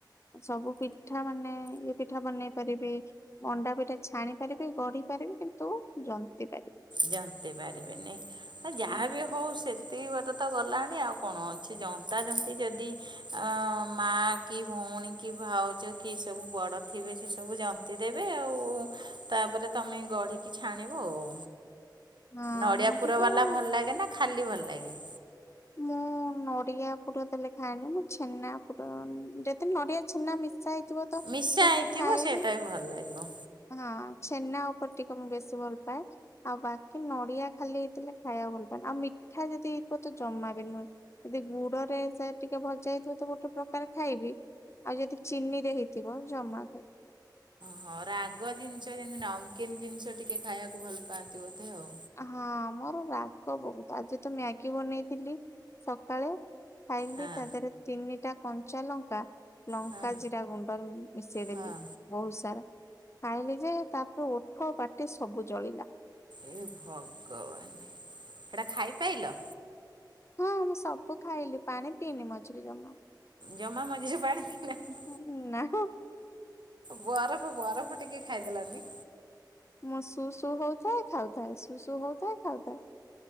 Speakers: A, on the left; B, on the right.
A: ସବୁ ପିଠା ମାନେ ଇଏ ପିଠା ବନେଇ ପାରିବି। ମଣ୍ଡା ପିଟା ଛାଣି ପାରିବି ଗଢି ପାରିବି କିନ୍ତୁ ଜନ୍ତି ପାରି
B: ଜନ୍ତି ପାରିବିନି ହ ଯାହା
A: ନା।
B: ବି ହୋଉ। ହୋଉ ସେତିକ ବାଟ ତ ଗଲାଣି ଆଉ କଣ ଅଛି ଜନ୍ତା ଜନ୍ତି ଯେଦି ଅ ମା କି ଭଉଣୀ କି ଭାଉଜ କି ସବୁ ବଡ ଥିବେ ସେ ସବୁ ଜ ଜନ୍ତି ଦେବେ ଆଉ ତାପରେ ତମେ ଗଢ଼ିକି ଛାଣିବ ଆଉ।
A: ହଁ
B: ନଡ଼ିଆ
A: ମୁଁ
B: ପୁର
A: ଟିକେ
B: ବାଲା ଭଲ ଲାଗେ ନା ଖାଲି ଭଲ ଲାଗେ।
A: ମୁଁ ନଡିଆ ପୁର ଦେଲେ ଖାଏନି ମୁଁ ଛେନା ପୁର ଯଦି ନଡିଆ ଛେନା ମିଶା ହେଇ ଥିବ ତ
B: ମିଶା
A: ଟିକେ
B: ହେଇଥିବ
A: ଖାଇବି
B: ସେଇଟା ଭଲ ଲାଗିବ।
A: ହଁ ଛେନା ଉପରେ ଟିକେ ମୁଁ ବେଶୀ ଭଲ ପାଏ। ଆଉ ବାକି ନଡିଆ ଖାଲି ହେଇଥିଲେ ଖାଇବାକୁ ଭଲ ପାନି ଆଉ ମିଠା ଯଦି ହେଇ କମତ ଜମା ବି ନୁହେଁ। ଯଦି ଗୁଡରେ ସେ ଟିକେ ଭଜା ହେଇଥିବ ତ ଗୋଟେ ପ୍ରକାର ଖାଇବି। ଆଉ ଯଦି ଚିନିରେ ହେଇଥିବ ଜମା ଖା
B: ହଁ ରାଗ ଜିନିଷ ଯେମତି ନମକିନ୍ ଜିନିଷ ଟିକେ ଖାଇବାକୁ ଭଲ ପାଆନ୍ତି ବୋଧେ ଆଉ।
A: ହଁ ମୋର ରାଗ ବୋହୁତ୍ ଆଜି ତ ମ୍ୟାଗି ବନେଇଥିଲି ସକାଳେ ଖାଇଲି
B: ହଁ
A: ତା ଦେହରେ ତିନିଟା କଞ୍ଚା ଲଙ୍କା ଲଙ୍କା
B: ହଁ
A: ଜିରା ଗୁଣ୍ଡରୁ ମିଶେଇଦେଲି।
B: ହଁ
A: ବୋହୁତ୍ ସାରା ଖାଇଲି ଯେ ତାପରେ ଓଠ ପାଟି ସବୁ ଜଳିଲା।
B: ଏ ଭଗବାନେ ହେଡା ଖାଇପାଇଲ।
A: ହଁ ମୁଁ ସବୁ ଖାଇଲି ପାଣି ପିଇନି ମଝିରେ ଜମା।
B: ଜମା ମଝିରେ ପାଣି ପିଇନାନ୍ତି।
A: ହୁଁ ନା ହଁ।
B: ବରଫ ବରଫ ଟିକେ ଖାଇଦେଲନି।
A: ମୁଁ ସୁ ସୁୁ ହୋଉଥାଏ ଖାଉଥାଏ ସୁ ସୁୁ ହୋଉଥାଏ ଖାଉଥାଏ।